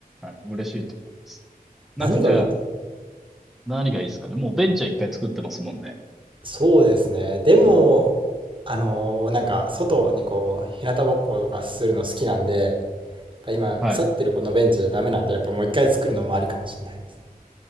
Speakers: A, in the centre; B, on the right (about 35°).
A: はい。嬉しいと思います。なんかじゃあ、
B: 何がいい
A: 何がいいですかね。もうベンチャー一回作ってますもんね。
B: そうですね。でも、あのーなんか外にこう、日向ぼっことかするの好きなんで、ぱ今、
A: はい。
B: 腐ってるこのベンチじゃダメなんで、やっぱもう一回作るのもありかもしれないですね。